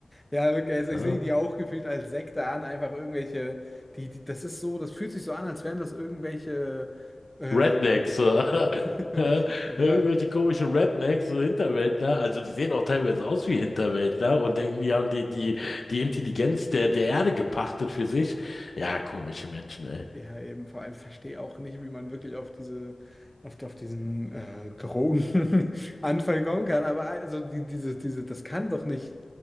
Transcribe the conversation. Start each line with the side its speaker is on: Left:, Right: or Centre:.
Centre: Ja, wirklich, also
Left: Ja.
Centre: ich sehe die auch gefühlt als Sekte an, einfach irgendwelche, die, die, das ist so, das fühlt sich so an, als wären das irgendwelche, äh,
Left: Rednecks, so.
Centre: <laughs>
Left: <laughs>
Centre: ja,
Left: Irgendwelche komischen Rednecks, so Hinterwäldler. Also die sehen auch teilweise aus wie Hinterwäldler und denken, die haben die, die, die Intelligenz der, der Erde gepachtet für sich. Ja, komische Menschen, ey.
Centre: ja, eben, vor allem verstehe auch nicht, wie man wirklich auf diese, auf, auf diesen äh, Drogenanfall <laughs> kommen kann, aber also die, diese, diese, das kann doch nicht